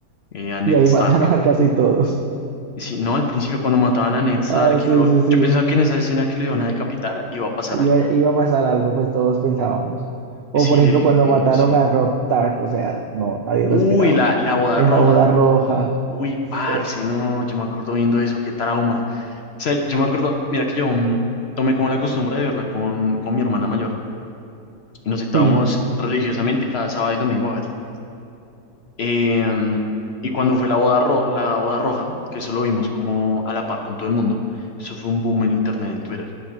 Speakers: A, on the left (about 55°); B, on the right (about 70°).
A: eh, a Ned
B: Y ahí
A: Stark.
B: <laughs> mataron a casi todos.
A: Y si no, al principio cuando mataban a Ned Stark,
B: Ah, sí,
A: y lo,
B: sí, sí.
A: yo pensaba que en esa escena que lo iban a decapitar iba a pasar algo.
B: Iba, iba a pasar algo, pues todos pensábamos. O
A: Y sí,
B: por ejemplo,
A: yo dije,
B: cuando mataron
A: eh, sí.
B: a Rob Stark, o sea, no, nadie lo
A: Uy,
B: esperaba.
A: la, la boda
B: En
A: roja.
B: la boda roja.
A: Uy,
B: Sí,
A: parce, no, yo me acuerdo viendo eso, qué trauma. O sea, yo me acuerdo, mira que yo mm, tomé como la costumbre de verla con, con mi hermana mayor. y nos citábamos
B: sí,
A: religiosamente cada sábado y domingo a verla. Em, y cuando fue la boda, ro- la boda roja, que eso lo vimos como a la par con todo el mundo, eso fue un boom en internet, en Twitter.